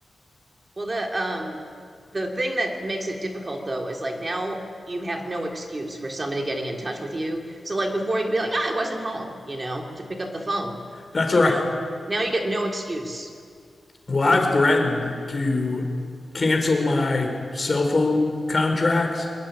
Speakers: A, on the right (about 35°); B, on the left (about 35°).
A: Well, the um the thing that makes it difficult though is like now you have no excuse for somebody getting in touch with you. So like before you could be like, ah, I wasn't home, you know, to pick up the phone,
B: That's
A: you
B: right.
A: know. Now you get no excuse.
B: Well, I've threatened to cancel my cell phone contracts